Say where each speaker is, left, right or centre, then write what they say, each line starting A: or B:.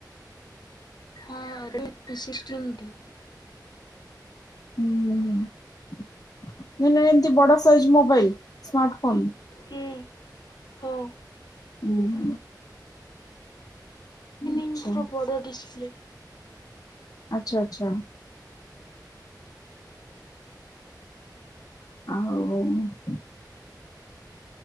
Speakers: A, on the left (about 70°); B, on the left (about 50°).
A: ହଁ <unintelligible> ଷିକଷ୍ଟି ୟୁନିଟି।
B: ହୁଁ <unintelligible> ଏମତି ବଡ ସାଇଜ୍ ମୋବାଇଲ ସ୍ମାର୍ଟ ଫୋନ୍।
A: ହୁଁ। ହଉ।
B: ଉଁ ହୁଁ। ଆଚ୍ଛା
A: ଏଥିରେ ବଡ଼ ଡିସ୍ ପ୍ଲେ।
B: ଆଚ୍ଛା, ଆଚ୍ଛା। ଆଉ।